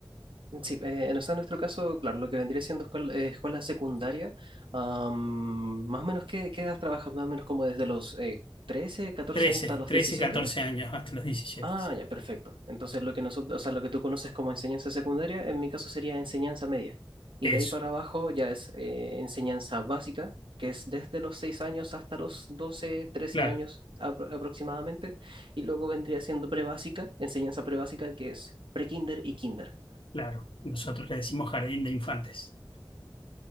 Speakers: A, on the right (about 80°); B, on the left (about 85°).
A: Sí, eh, en o sea, en nuestro caso, claro, lo que vendría siendo escuela, eh, escuela secundaria, am, más o menos, ¿qué, qué edad trabajas? Más o menos como desde los eh, 13, 14
B: trece
A: años hasta los
B: trece
A: 17.
B: 14 años, hasta los diecisiete
A: Ah,
B: sí.
A: ya, perfecto. Entonces lo que nosotros, o sea, lo que tú conoces como enseñanza secundaria, en mi caso sería enseñanza media. Y
B: Eso,
A: de ahí para abajo ya es eh, enseñanza básica, que es desde los 6 años hasta los 12, trece
B: claro.
A: años apro- aproximadamente. Y luego vendría siendo prebásica, enseñanza prebásica, que es prekinder y kinder.
B: Claro, nosotros le decimos jardín de infantes